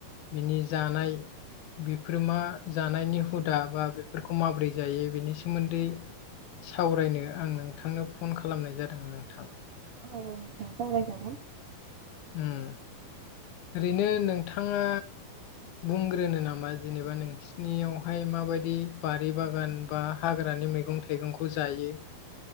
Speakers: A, on the left; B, on the right.
A: बिनि जानाय बेफोर मा जानायनि हुदा बा बेफोरखौ माबोरै जायो बेनि सो सोमोन्दै सावरायनो आं नोंथांनो फन खालामनाय जादोंमोन नोंथां।
B: औ सावराय जागोन।
A: उम। ओरैनो नोंथाङा बुंग्रोनो नामा जेनेबा नों स्नियावहाय माबायदि बारि बागान बा हाग्रानि मैगं थाइगंखौ जायो।